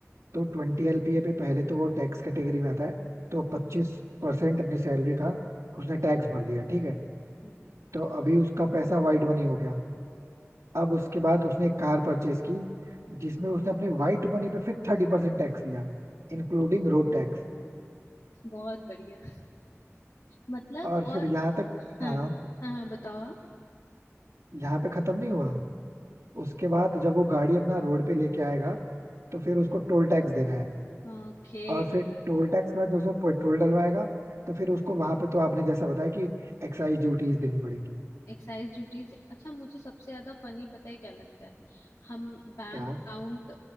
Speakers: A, on the right; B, on the left.
A: तो ट्वेंटी एलपीए पे पहले तो वो टैक्स कैटेगरी में आता है तो पच्चीस परसेंट अपनी सैलरी का उसने टैक्स भर दिया ठीक है
B: हम्म।
A: तो अभी उसका पैसा वाइट मनी हो गया अब उसके बाद उसने एक कार परचेज की जिसमें उसने अपने वाइट मनी पे फिर थर्टी परसेंट टैक्स दिया इंक्लूडिंग रोड टैक्स
B: बहुत बढ़िया मतलब
A: और
B: और
A: फिर यहाँ तक
B: हाँ
A: हाँ
B: हाँ हाँ, बताओ आप
A: यहाँ पे खत्म नहीं हुआ उसके बाद जब वो गाड़ी अपना रोड पे लेके आएगा तो फिर उसको टोल टैक्स देना है
B: ओके
A: और फिर टोल टैक्स के बाद जो उसमें पेट्रोल डलवाएगा तो फिर उसको वहां पे तो आपने जैसा बताया कि एक्साइज ड्यूटीज देनी पड़ेगी
B: एक्साइज ड्यूटीज अच्छा मुझे सबसे ज्यादा फनी पता है क्या लगता है हम बैंक
A: क्या
B: अकाउंट